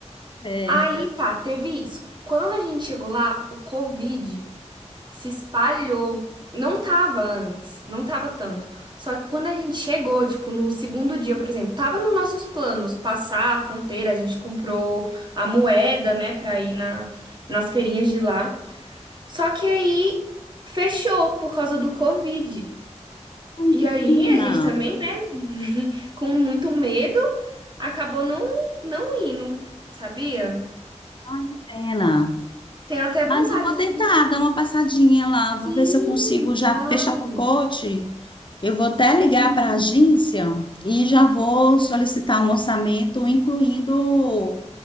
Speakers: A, on the left; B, on the right.
A: Certa.
B: Aí tá, teve isso. Quando a gente chegou lá, o Covid se espalhou. Não tava antes, não tava tanto. Só que quando a gente chegou, tipo, no segundo dia, por exemplo, tava nos nossos planos passar a fronteira, a gente comprou a moeda, né, pra ir na, nas feirinhas de lá. Só que aí fechou por causa do Covid.
A: Ai,
B: E
A: que
B: aí
A: pena.
B: a gente também, né, com muito medo, acabou não, não indo, sabia?
A: Ai, que pena.
B: Tenho até
A: Mas
B: vontade
A: eu vou tentar
B: de.
A: dar uma passadinha lá,
B: Sim,
A: vou ver se eu consigo
B: vai.
A: já fechar pacote. Eu vou até ligar
B: Sim,
A: para a agência e já vou solicitar um orçamento, incluindo